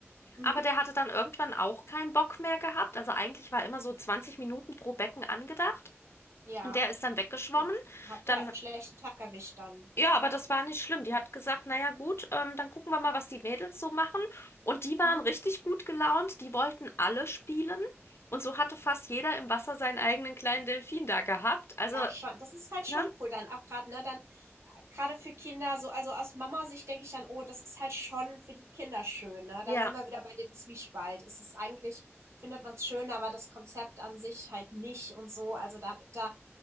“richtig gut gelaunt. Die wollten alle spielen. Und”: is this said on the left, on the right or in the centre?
Left